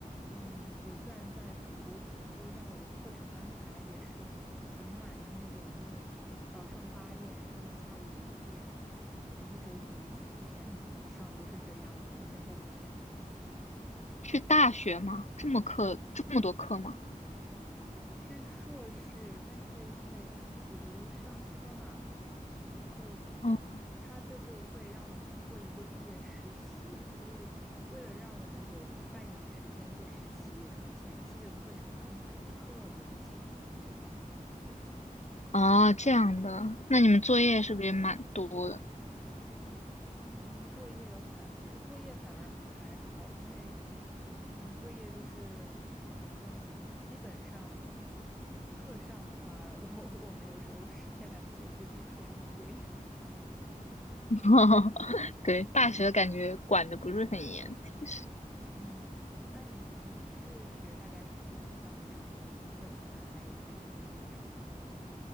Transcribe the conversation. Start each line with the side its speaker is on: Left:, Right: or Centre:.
Centre: 嗯，我虽然在法国读书，但我的课程安排也是很满的那种，就早上八点上到下午五点，然后一周可能四天以上都是这样，四天或五天。
Left: 是大学吗？这么课，这么多课吗？
Centre: 是硕士，但是因为我读商科嘛，就
Left: 哦，
Centre: 他最后会让我们做一个毕业实习，所以为了让我们有半年的时间做实习，然后前期的课程安排就特别的紧，你知道。<laughs>
Left: 哦，这样的，那你们作业是不是也蛮多的？
Centre: 嗯，作业的话，其实作业反而还好，因为，嗯，作业就是怎么说呢？基本上课上的话，<laughs> 我我们有时候时间来不及，我们就直接课上做作业。
Left: <laughs> 对，大学感觉管的不是很严，其实。
Centre: 嗯，那你你是学大概什么方向的呀？你课程安排也是挺紧张的。